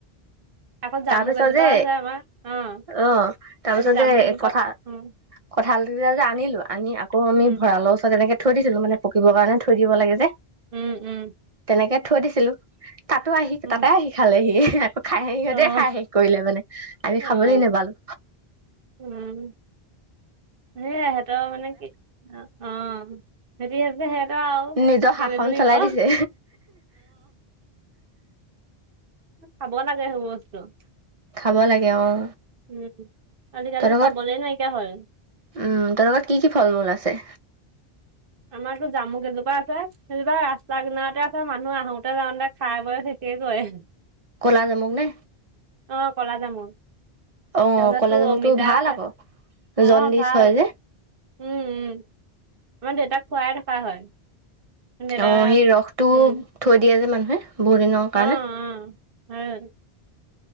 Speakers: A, on the right; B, on the right.
A: আকৌ জামুক
B: তাৰপিছত
A: এজোপা
B: যে
A: আছে আমাৰ অ'
B: আহ তাৰপিছত
A: জামুকজোপা
B: যে কথা
A: উম
B: কঁঠালটো যে আনিলোঁ আনি আকৌ আমি
A: উম
B: ভঁৰালৰ ওচৰত এনেকে থৈ দিছিলোঁ মানে পকিবৰ কাৰণে থৈ দিব লাগে যে।
A: উম - উম।
B: তেনেকে থৈ দিছিলোঁ তাতো আহি
A: উম
B: তাতে আহি খালেহি আকৌ খাইহে সিহঁতে।
A: অ'
B: খাই হেক কৰিলে মানে
A: অ'
B: খাবলৈ নেপালোঁ।
A: উম। সেই সিহঁতৰ মানে কি অ সেহেতি ভাবিলে সিহঁতৰ আৰু
B: নিজৰ শাসন
A: কেলেনো নিব
B: চলাই
A: অ'
B: দিছে
A: খাব লাগে সেইবোৰ বস্তু।
B: খাব লাগে অ'
A: উম আজিকালিতো
B: তহঁতৰ ঘৰত
A: পাবলে নাইকিয়া হ'ল।
B: উম তাহাঁতৰ ঘৰত কি কি ফল মূল আছে।
A: আমাৰতো জামু কেইজোপা আছে সেইজোপা ৰাস্তা কিনাৰতে আছে, মানুহ আহোতে যাওঁতে খাই বৈ। <inaudible> কৰে
B: ক'লা জামুক নে?
A: অ' কলা জামুক।
B: অ
A: তাৰপিছত
B: ক'লা
A: তোৰ
B: জামুকটো
A: অমিতা,
B: ভাল
A: আছে
B: আকৌ জণ্ডিচ
A: অ' ভাল
B: হয় যে
A: উম উম আমাৰ দেউতাক খুৱাই থকা হয়। দেউতা
B: অ' সেই ৰসটোও
A: উম,
B: থৈ দিয়ে যে মানুহে বহুত দিনৰ
A: অ', অ',
B: কাৰণে।
A: ভাল,